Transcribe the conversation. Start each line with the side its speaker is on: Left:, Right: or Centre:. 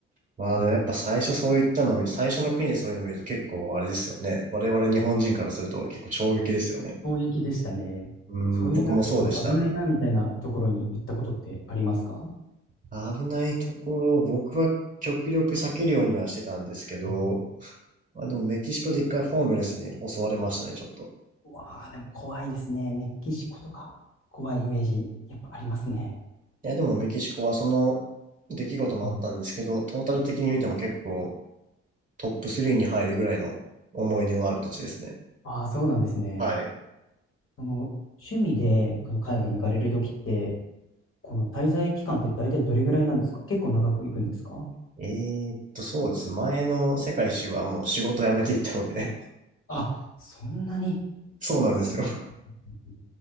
Right: まあでもやっぱ最初そういったの見、
Left: うん、
Right: 最初の国でそういうの見ると結構あれですよね。我々日本人からすると結構衝撃ですよね。
Left: 衝撃でしたね。
Right: うん、
Left: そういうなんかちょっと危ないなみたいなところに行ったことってありますか、
Right: 僕もそうでした。危ないところ、僕は極力避けるようにはしてたんですけど、
Left: うん、
Right: まあでもメキシコで一回ホームレスに襲われましたね、ちょっと。
Left: うわあ、でも怖いですね。メキシコとか怖いイメージやっぱありますね。
Right: いやでもメキシコはその出来事もあったんですけど、
Left: うん、
Right: トータル的に見ても結構トップ3に入るぐらいの思い出のある土地ですね。
Left: ああ、そうなんですね。
Right: はい。
Left: その趣味でこの海外に行かれるときって、この滞在期間って大体どれぐらいなんですか結構長く行くんですか
Right: えーっと、そうですね。前の世界一周はもう仕事辞めていったので。
Left: あ、そんなに。
Right: <laughs> そうなんですよ。
Left: あ、すごい